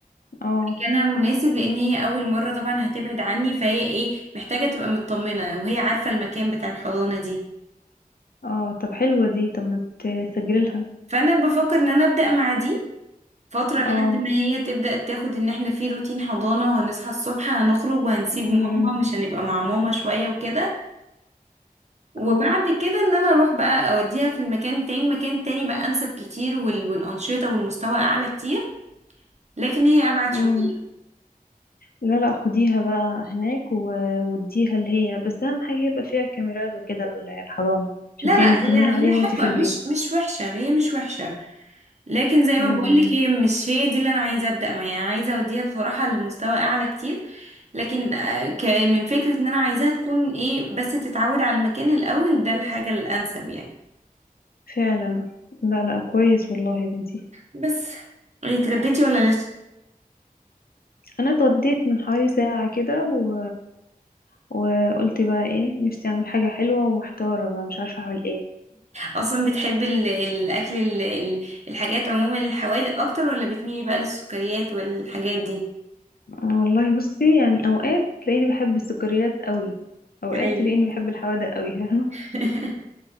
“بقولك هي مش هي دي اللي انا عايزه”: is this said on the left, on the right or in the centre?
Right